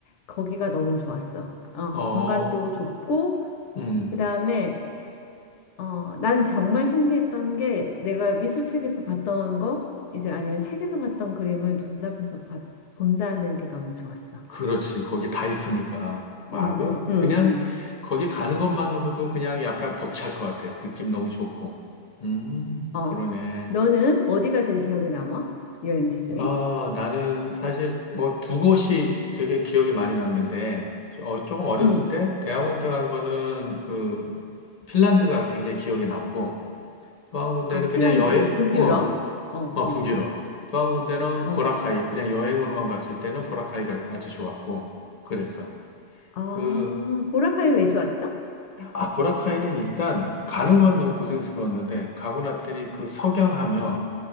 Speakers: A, on the left; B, on the left.
A: 거기가 너무 좋았어. 어
B: 어, 어,
A: 공간도 좁고
B: 음.
A: 그다음에 어 난 정말 신기했던 게 내가 미술책에서 봤던 거 이제 아니면 책에서 봤던 그림을 눈앞에서 봤, 본다는 게 너무 좋았어.
B: 그렇지. 거기 다 있으니까. 와,
A: 응
B: 그,
A: 응 응 응.
B: 그냥,
A: 응.
B: 거기 가는 것만으로도 그냥 약간 벅찰 것 같아. 느낌 너무 좋고. 음,
A: 어
B: 그러네.
A: 너는 어디가 제일 기억에 남아? 여행지 중에?
B: 아, 나는 사실 뭐 두 곳이 되게 기억에 많이 남는데, 어, 조금 어렸을
A: 응.
B: 때, 대학원 때 간 거는 그, 핀란드가 굉장히 기억에 남고, 또 한 군데는
A: 아, 핀란드,
B: 그냥 여행,
A: 북유럽.
B: 어,
A: 어, 어,
B: 어, 북유럽. 또 한 군데는
A: 어.
B: 보라카이, 그냥 여행으로만 갔을 때는 보라카이가 아주 좋았고, 그랬어.
A: 아,
B: 그,
A: 보라카이 왜 좋았어?
B: 아, 보라카이는 일단 가는 건 너무 고생스러웠는데 가고 났더니 그 석양하며